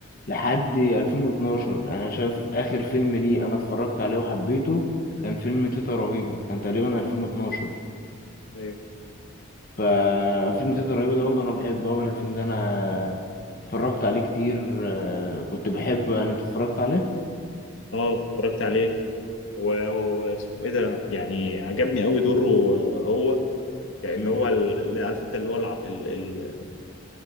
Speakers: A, on the left (about 40°); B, on the left (about 70°).
A: لحد ألفين واتناشر أنا شايف آخر فيلم ليه أنا اتفرجت عليه وحبيته كان فيلم تيتا رهيبة كان تقريبا ألفين واتناشر
B: ايوه
A: ففيلم تيتا رهيبة ده برضه أنا بحبه أوي يعني الفيلم ده أنا اتفرجت عليه كتير آه، كنت بحبه يعني أنت اتفرجت عليه؟
B: اه اتفرجت عليه و- واسمه ايه ده يعني عجبني قوي دوره آه، هو يعني
A: مم.
B: اللي هو ال- اللي عارف انت اللي هو الع- ال ال